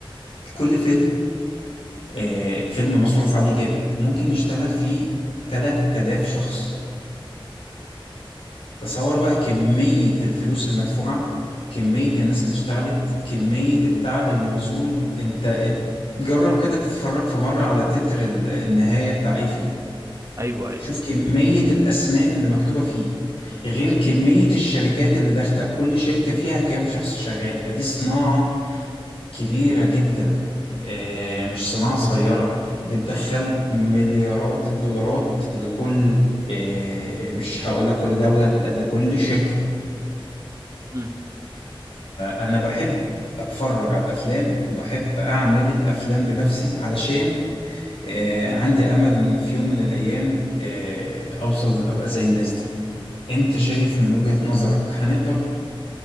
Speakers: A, on the left; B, on the right.
A: كل فيلم آه، فيلم مصروف عليه جامد ممكن يشتغل فيه 3000 شخص تصور بقى كمية الفلوس المدفوعة كمية الناس اللي اشتغلت كمية التعب المبذول انت ات- جرب كده تتفرج في مرة على تتر ال- النهاية بتاع اي فيلم
B: ايوه ايوه
A: شوف كمية الاسماء اللي مكتوبة فيه غير كمية الشركات اللي داخلة وكل شركة فيها كام شخص شغال فدي صناعة كبيرة جدا اه، مش صناعة صغيرة بتدخل مليارات الدولارات لكل اه، مش هقول لك كل دولة لا لكل شركة
B: امم
A: انا بحب اتفرج على الافلام وبحب اعمل الافلام بنفسي علشان آه، عندي امل ان في يوم من الايام آه، اوصل ابقى زي الناس دي انت شايف من وجهة نظرك هنقدر